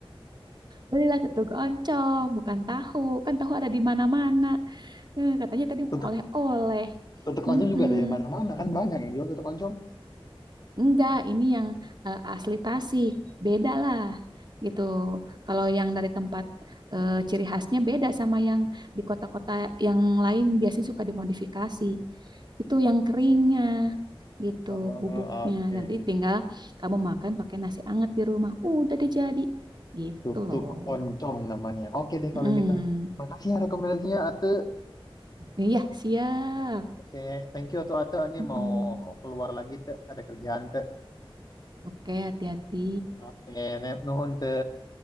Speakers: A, on the right; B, on the left.
A: Belilah tutug oncom, bukan tahu. Kan tahu ada di mana-mana. Eh, katanya tadi
B: Tutuk,
A: mau oleh-oleh.
B: tutuk
A: Mm-mm.
B: oncom juga dari mana-mana kan banyak yang jual tutuk oncom.
A: Enggak, ini yang eh, asli Tasik. Beda lah gitu. Kalau yang dari tempat eh, ciri khasnya beda sama yang di kota-kota yang lain biasanya suka dimodifikasi. Itu yang keringnya gitu
B: Oh,
A: bubuknya.
B: oke.
A: Nanti tinggal kamu makan pakai nasi anget di rumah. Udah deh jadi. Gitu
B: Tutuk
A: loh.
B: oncom namanya. Oke deh
A: Hmm.
B: kalau gitu. Makasih ya rekomendasinya Ate.
A: Iya, siap.
B: Oke, thank you Atu Ate. Ini
A: Mm-mm.
B: mau keluar lagi Te. Ada kerjaan Te.
A: Oke, hati-hati.
B: Oke, ne- nuhun Te.